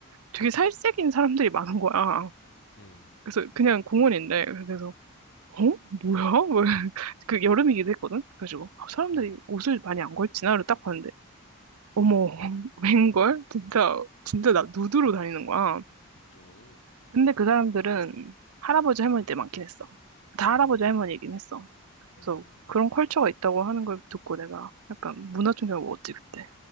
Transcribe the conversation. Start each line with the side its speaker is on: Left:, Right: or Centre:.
Right: 되게 살색인 사람들이 많은 거야.
Left: 음,
Right: 그래서 그냥 공원인데 그래서 어? 뭐야? <laughs> 그 여름이기도 했거든. 그래가지고 아, 사람들이
Left: 음,
Right: 옷을 많이 안 걸치나? 이러고 딱 봤는데 어머 <laughs> 웬걸? 진짜 진짜 나 누드로 다니는 거야.
Left: 오,
Right: 근데 그 사람들은 할아버지 할머니들 많긴 했어. 다
Left: 음,
Right: 할아버지 할머니이긴 했어. 그래서
Left: 음.
Right: 그런 컬처가 있다고 하는 걸 듣고 내가 약간 문화 충격을 먹었지 그때.